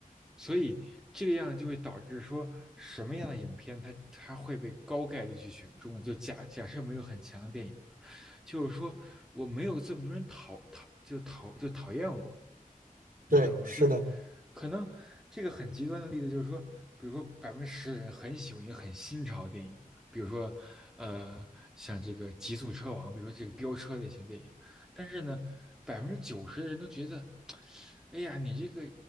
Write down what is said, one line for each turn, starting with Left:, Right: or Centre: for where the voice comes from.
Centre: 所以这个样就会导致说什么样的影片它它会被高概率去选中呢？就假假设没有很强的电影，就是说我没有这么多人讨讨就讨就讨厌我，你知道吧？
Right: 对，是的，
Centre: 就是可能这个很极端的例子就是说，比如说百分之十的人很喜欢一个很新潮的电影，比如说呃像这个《极速车王》，比如说这个飙车类型电影，但是呢，百分之九十的人都觉得，哎呀，你这个